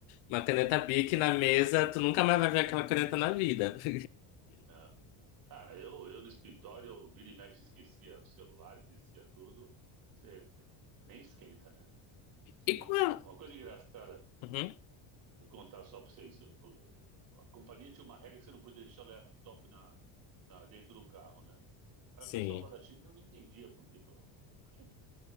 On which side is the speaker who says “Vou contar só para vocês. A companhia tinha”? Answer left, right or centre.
Right